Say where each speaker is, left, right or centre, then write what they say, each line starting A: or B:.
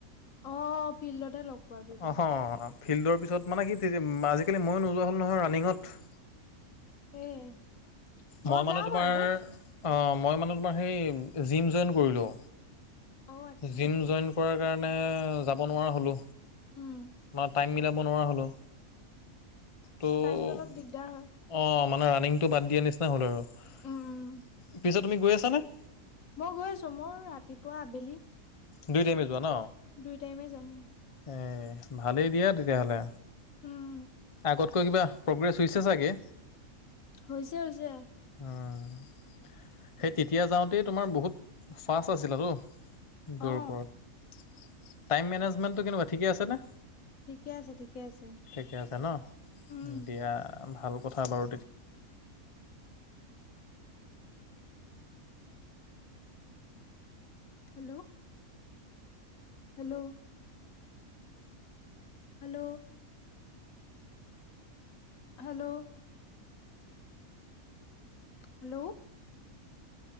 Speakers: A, on the left; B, on the left.
A: অঁ ফিল্ডতে লগ পোৱা দুইটাই
B: অঁহ অঁ ফিল্ডৰ পিছত মানে কি আজিকালি মইো নোযোৱা হলো নহয় ৰান্নিংত।
A: <inaudible>
B: মই মানে
A: যাওঁ
B: তোমাৰ
A: বাৰু দে
B: অঁ, মই মানে তোমাৰ সেই জিম জইন কৰিলোঁ,
A: অ আচ্ছা
B: জিম জইন কৰাৰ কাৰনে যাব নোৱাৰা হলো
A: উম
B: বা টাই মিলাব নোৱাৰা হলো, তহ
A: টাইমটো অলপ দিগদাৰ হয়
B: অঁ, মানে ৰানিংটো বাদ দিয়া নিচিনা হ'ল আৰু।
A: উম উম
B: পিছে তুমি গৈ আছানে?
A: মই গৈ আছো মোৰ ৰাতিপুৱা আবেলি।
B: দুই টাইমে যোৱা ন?
A: দুই টাইমে যাম।
B: এ ভালেই দিয়া তেতিয়া হ'লে,
A: উম
B: আগতকৈ কিবা প্ৰগ্ৰেছ হৈছে ছাগে।
A: হৈছে হৈছে।
B: অঁ, সেই তেতিয়া যাওঁতেই তোমাৰ বহুত ফাষ্ট আছিলতো। দৰ
A: অ
B: কৰত, টাইম মেনেজমেন্টটো কেনেকুৱা, ঠিকে আছেনে?
A: ঠিকে আছে ঠিকে আছে
B: ঠিকে আছে ন,
A: উম
B: দিয়া ভাল কথা বাৰু তে
A: hello hello. Hello. Hello. Hello.